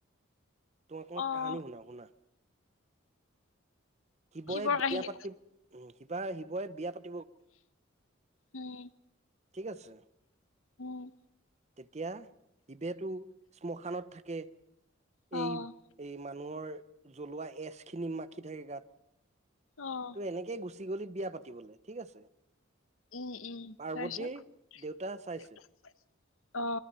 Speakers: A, on the right; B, on the left.
A: তোমাক মই
B: অ',
A: কাহানী শুনাও শুনা। শিৱই
B: শিৱৰ
A: বিয়া
B: কাহিনী
A: পাতি শিৱা শিৱই বিয়া পাতি
B: উম
A: ঠিক আছে
B: উম।
A: তেতিয়া শিৱেতো শ্মশানত থাকে
B: অ'
A: এই এই মানুহৰ জ্বলোৱা এচ খিনি মাখি থাকে গাত।
B: অ'
A: ত এনেকে গুচি গলি সি বিয়া পাতিবলে ঠিক আছে।
B: উম উম
A: পাৰ্বতীৰ
B: তাৰপিছত,
A: দেউতা চাইছে
B: অ।